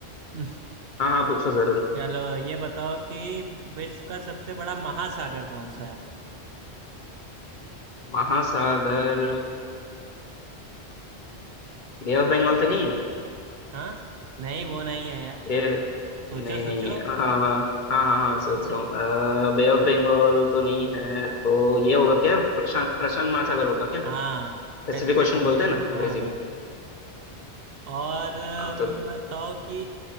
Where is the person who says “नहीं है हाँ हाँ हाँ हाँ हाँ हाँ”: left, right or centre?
Left